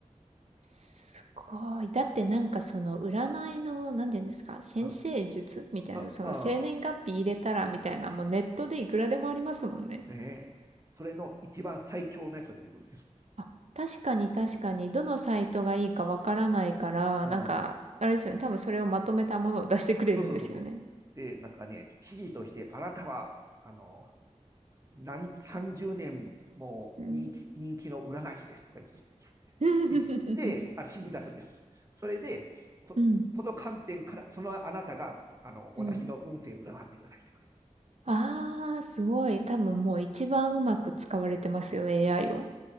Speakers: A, on the right; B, on the right.
A: すごい。だってなんかその占いの、なんて言うんですか、先生術みたいな、
B: うん。あ、
A: その生年月日入れたらみたいな、もうネットでいくらでもありますもんね。
B: ねえ、それの一番最強のやつが出てくるんですよ。
A: あ、確かに確かに、どのサイトがいいかわからないから、
B: うん、
A: なんか、あれですよね、多分それをまとめたものを出してくれるんですよね。
B: そうそうそうそう。で、なんかね、指示として、あなたは、あの、何、30年も人気、
A: うん。
B: 人気の占い師ですとか言って、
A: <laughs>
B: 言って、あ、指示出すんですよ。それで、そ、
A: うん。
B: その観点から、
A: <laughs>
B: そのあなたが、あの、私の運勢を占ってください。
A: うん。ああ、すごい。多分もう一番うまく使われてますよ、AI を。